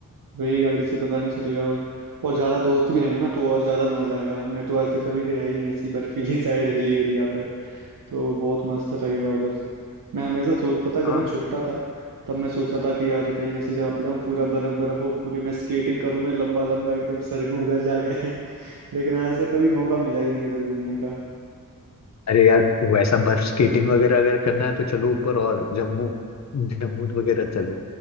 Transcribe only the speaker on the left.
हाँ
अरे यार वैसा बर्फ स्केटिंग वगैरह अगर करना है तो चलो ऊपर और जम्मू जम्मू वगैरह चलो